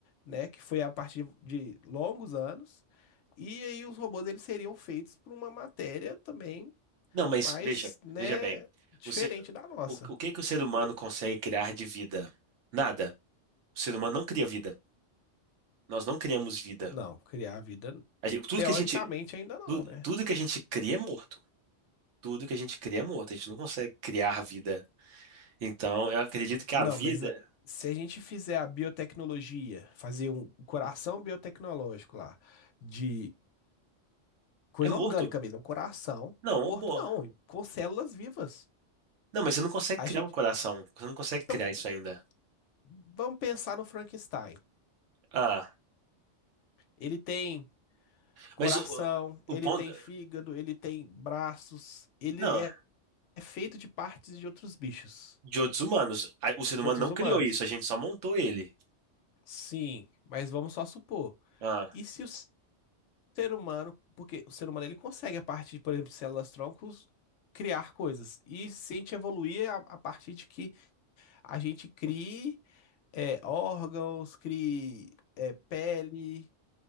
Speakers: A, on the left; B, on the right.
A: né? Que foi a partir de longos anos. E aí os robôs eles seriam feitos por uma matéria também
B: Não, mas
A: mais,
B: veja,
A: né,
B: veja bem.
A: diferente
B: O, ser,
A: da nossa.
B: o, o que que o ser humano consegue criar de vida? Nada. O ser humano não cria vida. Nós não criamos vida.
A: Não, criar a vida
B: A gente- tudo
A: teoricamente
B: que a gente,
A: ainda não,
B: tu-
A: né?
B: tudo que a gente cria é morto. Tudo que a gente cria é morto, a gente não consegue criar vida. Então, eu acredito que a
A: Não,
B: vida
A: mas a- se a gente fizer a biotecnologia, fazer um coração biotecnológico lá, de coisa
B: é morto.
A: orgânica mesmo, um coração
B: Não,
A: morto
B: amor.
A: não, com células vivas.
B: Não, mas você não consegue
A: A
B: criar
A: gente,
B: um coração. Você não consegue
A: então,
B: criar isso ainda.
A: vamos pensar no Frankenstein.
B: Ah,
A: Ele tem coração,
B: mas o, o
A: ele
B: ponto.
A: tem fígado, ele tem braços, ele
B: Não,
A: é é feito de partes de outros bichos,
B: de outros humanos. A- O ser humano
A: de outros
B: não criou
A: humanos.
B: isso, a gente só montou ele.
A: Sim, mas vamos só supor.
B: Ah,
A: E se o ser humano, porque o ser humano ele consegue a partir, por exemplo, de células troncos criar coisas. E se a gente evoluir a, a partir de que a gente crie é, órgãos, crie é, pele,